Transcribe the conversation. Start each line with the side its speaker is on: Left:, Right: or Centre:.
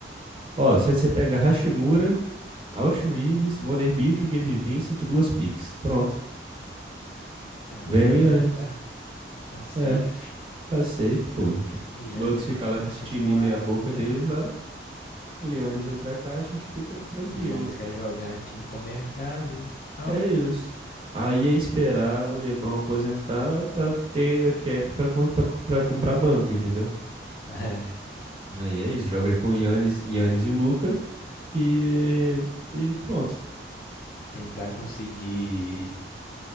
Right: Ó, se você pega Hashimura, Austin Reeves, Vanderbilt, Gabe Vincent, duas picks. Pronto.
Left: Pelo
Right: Vem
Left: Yannis
Right: o Yannis.
Left: já tá safe.
Right: É. Tá safe, pô. O
Left: Yannis
Right: Bucks
Left: não
Right: fica
Left: quer
Right: lá
Left: continuar
Right: com esse time meia boca
Left: lá no Milwaukee.
Right: deles lá. O Yannis vem pra cá, a gente fica tranquilo.
Left: Yannis quer jogar em time com mercado alto.
Right: É isso. Aí é esperar o LeBron aposentar pra ter cap pra, com- pra, pra comprar banco, entendeu?
Left: <laughs> É,
Right: Aí é isso. Joga ele com o Yannis, Yannis e Luca e, e pronto.
Left: tentar conseguir